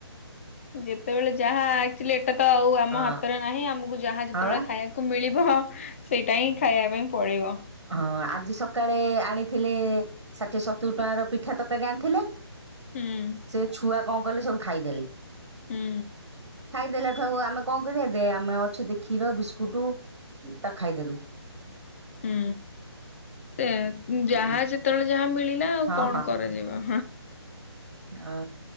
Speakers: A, on the left (about 30°); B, on the right (about 75°).
A: ଯେତେବେଳେ ଯାହା ଲ ଏଟା ତ ଆଉ ଆମ
B: ହଁ
A: ହାତରେ ନାହିଁ ଆମକୁ ଯାହା ଯେତେବେଳେ
B: ହଁ ବା।
A: ଖାଇବା କୁ ମିଳିବ ସେଇଟା ହିଁ ଖାଇବା ପାଇଁ ପଡ଼ିବ।
B: ହଁ ଆଜି ସକାଳେ ଆଣିଥିଲେ ଷାଠିଏ ସତୁରି ଟଙ୍କାର ପିଠା ତରକାରୀ ଆଣିଥି
A: ହୁଁ
B: ସେ ଛୁଆ କଣ କଲେ ସବୁ ଖାଇଦେଲେ।
A: ହୁଁ
B: ଖାଇଦେଲେ ଠୁ ଆମେ କଣ କରିବା ଦେ ଆମେ ଅ କ୍ଷୀର ବିସ୍କୁଟ ତାକୁ ଖାଇଦେଲୁ।
A: ହୁଁ ସେ
B: ହଁ
A: ଯାହା ଯେତେବେଳେ ଯାହା ମିଳିଲା। ଆଉ
B: ହଁ
A: କଣ କରାଯିବ।
B: ଆ